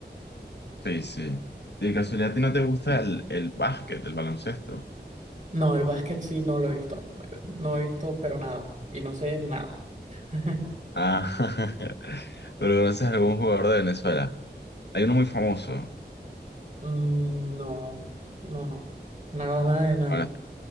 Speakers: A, on the left; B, on the right.
A: Sí, sí. Y de casualidad, ¿a ti no te gusta el, el básquet, el baloncesto?
B: No, el básquet sí no lo he visto. No he visto, pero nada. Y no sé nada. <laughs>
A: Ah, <laughs> pero conoces a algún jugador de Venezuela. Hay uno muy famoso.
B: Mm, no, no, no. Nada, nada de nada.
A: Bueno,